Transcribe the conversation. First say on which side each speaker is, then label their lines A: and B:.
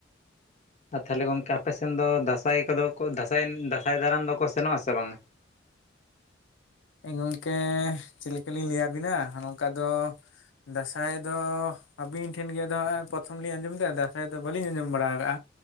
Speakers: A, on the left (about 40°); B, on the left (about 85°).
A: ᱟᱨ ᱛᱟᱦᱚᱞᱮ ᱜᱚᱢᱠᱮ ᱟᱯᱮ ᱥᱮᱱ ᱫᱚ ᱫᱟᱸᱥᱟᱭ ᱠᱚᱫᱚ ᱠᱚ ᱫᱟᱥᱟᱭ ᱫᱟᱸᱥᱟᱭ ᱫᱟᱨᱟᱱ ᱫᱚᱠᱚ ᱥᱮᱱᱚᱜᱼᱟᱥᱮ ᱵᱟ ᱝᱟ?
B: ᱜᱚᱢᱠᱮ ᱪᱮᱫ ᱞᱮᱠᱟ ᱞᱤᱧ ᱞᱟᱹᱭᱟᱵᱤᱱᱟ ᱱᱚᱝᱠᱟ ᱫᱚᱼᱼ ᱫᱟᱸᱥᱟᱭ ᱫᱚ ᱟᱹᱵᱤᱱ ᱴᱷᱮᱱ ᱜᱮᱫᱚ ᱦᱚᱸᱜ ᱚᱭ ᱯᱨᱚᱛᱷᱚᱢ ᱞᱤᱧ ᱟᱸᱡᱚᱢᱮᱫᱟ ᱫᱟᱸᱥᱟᱭ ᱫᱚ ᱵᱟᱹᱞᱤᱧ ᱟᱸᱡᱚᱢ ᱵᱟᱲᱟ ᱠᱟᱜᱼᱟ᱾